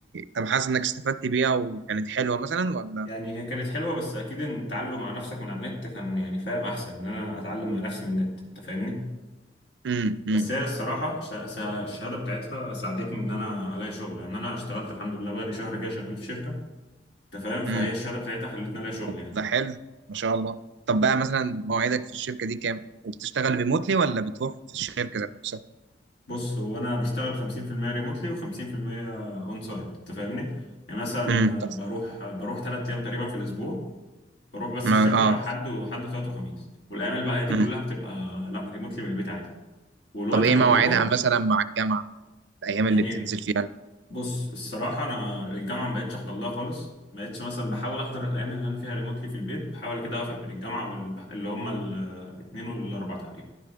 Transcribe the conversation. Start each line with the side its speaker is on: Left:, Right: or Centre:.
Right: طب حاسس انك استفدت بيها وكانت حلوه مثلا ولا
Left: يعني هي كانت حلوه بس اكيد ان التعلم مع نفسك من على النت كان يعني فاهم احسن ان انا اتعلم مع نفسي من النت انت فاهمني
Right: امم
Left: بس
Right: امم
Left: هي الصراحه ش- ش- الشهاده بتاعتها ساعدتني ان انا الاقي شغل يعني انا اشتغلت الحمد لله بقى لي شهر كده شغال في شركه انت فاهم فهي
Right: امم
Left: الشهاده بتاعتها خلتني الاقي شغل يعني
Right: ده حلو ما شاء الله طب بقى مثلا مواعيدك في الشركه دي كام وبتشتغل ريموتلي ولا بتروح في الشركه ذات نفسها
Left: بص هو انا بشتغل 50% ريموتلي و50% اون سايت انت فاهمني يعني مثلا
Right: امم طب
Left: بروح بروح ثلاث ايام تقريبا في الاسبوع بروح بس
Right: ما...
Left: الشركه
Right: اه
Left: حد وحد وثلاث وخميس والايام الباقيه دي
Right: امم
Left: كلها بتبقى لا ريموتلي من البيت عادي والوقت
Right: طب ايه
Left: اللي
Right: مواعيدها
Left: بروحه
Right: مثلا مع الجامعه الايام
Left: يعني
Right: اللي بتنزل فيها
Left: بص الصراحه انا الجامعه ما بقتش احضر لها خالص ما بقتش مثلا بحاول احضر الايام اللي انا فيها ريموتلي في البيت بحاول كده اوافق بين الجامعه وال... اللي هم الاثنين والاربع تقريبا